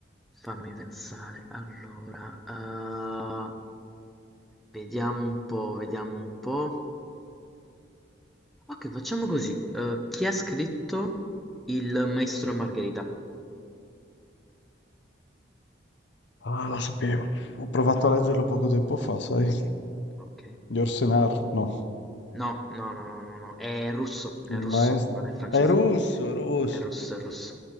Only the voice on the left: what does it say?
Sì.
Ah, la sapevo. Ho provato a leggerlo poco tempo fa, sai?
Yorsenar, no.
Il
maestro...
È russo, russo.